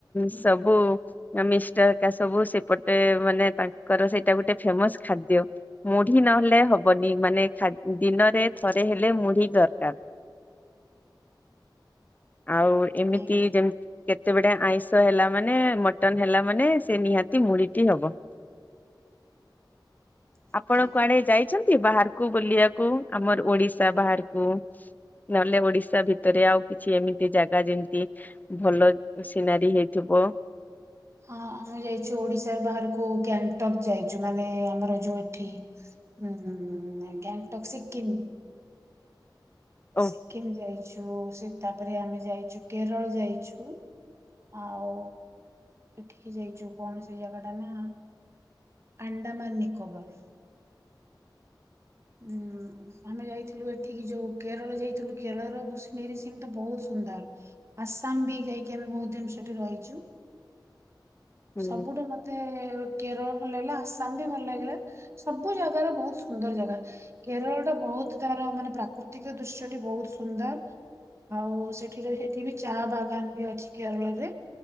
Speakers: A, on the right; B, on the left.
A: ଉଁ,
B: ସବୁ ମିଷ୍ଟ କା ସବୁ ସେପଟେ ମାନେ ତାଙ୍କର ସେଇଟା ଗୋଟେ ଫେମସ ଖାଦ୍ୟ। ମୁଢି ନହେଲେ ହବନି ମାନୋ ଦିନରେ ଥରେ ହେଲେ ମୁଢି ଦରକାର। ଆଉ ଏମିତି
A: ଆଜ୍ଞା
B: ଯେମିତି କେତେବେଡେ ଆଇଁଷ ହେଲା ମାନେ ମଟନ ହେଲା ମାନେ ସେ ନିହାତି ମୁଢିଟି ହବ।
A: ଆଜ୍ଞା।
B: ଆପଣ କୁଆଡେ ଯାଇଛନ୍ତି ବାହାରକୁ ବୁଲିବାକୁ ଆମର ଓଡିଶା ବାହାରକୁ? ନହେଲେ ଓଡିଶା ଭିତରେ ଆଉ କିଛି ଏମିତି ଜାଗା ଯେମିତି ଭଲ ସିନାରୀ ହେଇଥିବ।
A: ହଁ ଆମେ ଯାଇଛୁ ଓଡିଶାର ବାହାରକୁ ଗ୍ୟାଙ୍ଗଟକ୍ ଯାଇଛୁ ମାନେ ଆମର ଯୋଉ ଏଠି ଁ ଗଙ୍ଗଟକ୍ ସିକକିମ୍।
B: ଓ
A: ସିକିମ ଯାଇଛୁ ସେ ତାପରେ ଆମେ ଯାଇଛୁ କେରଳ ଯାଇଛୁ। ଆଉ ଏଠିକି ଯାଇଚୁ କଣ ସେଇ ଜାଗାଟା ନା ଆଣ୍ଡାମାନୀ ନିକୋବର। ହୁଁ। ଆମେ ଯାଇଥିଲୁ ଏଠିକି ଯୋଉ କେରଳ ଯାଇଥିଲୁ କେରଳର ସନେର ସେମିତି ବହୁତ୍ ସୁନ୍ଦର। ଆସାମବି ଯାଇକି ଆମେ ବହୁତ୍ ଦିନ ସେଠି ରହିଚୁ
B: ହୁଁ
A: ସବୁଠୁ ମତେ ମତେ କେରଳ ଭଲ ଲାଗିଲା ଆସାମବି ଭଲ ଲାଗିଲା ସବୁ ଜାଗାର ବହୁତ୍ ସୁନ୍ଦର ଜାଗା। କେରଳଟା ବହୁତ୍ ତାର ମାନେ ପ୍ରାକୃତିକ ଦୃଶ୍ୟଟି ବହୁତ୍ ସୁନ୍ଦର। ଆଉ ସେଠିରେ ସେଠବି ଚା ବାଗାନ୍ତିବି ଅଛି କେରଳରେ